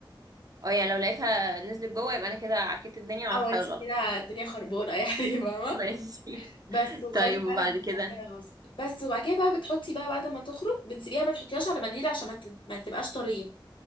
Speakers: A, on the right (about 45°); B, on the left (about 75°).
A: اه يعني لو لقيتها نزلت جوه يبقى انا كده عكيت الدنيا وعملت
B: او
A: حاجه
B: انت
A: غلط
B: كده الدنيا خربانه يعني <laughs> فاهمه
A: <laughs> ماشي
B: بس وخلي
A: طيب وبعد
B: فعلا
A: كده
B: بعد كده الوسط بس وبعد كده بقى بتحطي بقى بعد ما تخرج بتسيبيها ما تحطيهاش على منديل عشان ما, ت- ما تبقاش طريه